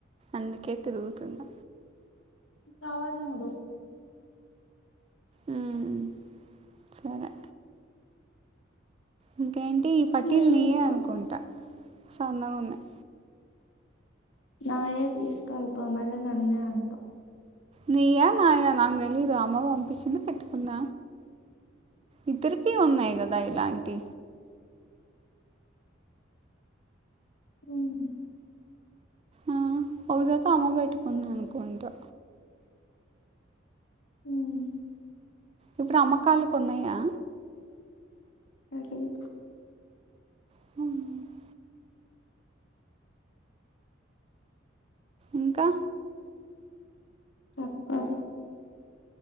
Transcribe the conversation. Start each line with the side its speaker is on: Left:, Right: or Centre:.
Right: అందుకే తిరుగుతున్నా
Left: కావాల మడి
Right: మ్మ్ సరే ఇంకేంటి ఈ పట్టీలు
Left: ఏమి
Right: తియ్య
Left: ఇంకా
Right: అనుకుంటా సన్నగా ఉన్నాయి
Left: నాయే తీసుకెళపో మళ్ళీ నన్నే అంటావు
Right: నీయ నాయ నాకు తెలీదు అమ్మ పంపిచ్చింటే కట్టుకున్న ఇద్దరికీ ఉన్నాయి కదా ఇలాంటి
Left: మ్మ్
Right: ఆ ఒక జత అమ్మ పెట్టుకుంది అనుకుంటా
Left: మ్మ్
Right: ఇప్పుడు అమ్మకాళ్లకు ఉన్నాయా
Left: తెలీదు
Right: మ్మ్ ఇంకా
Left: చెప్పారు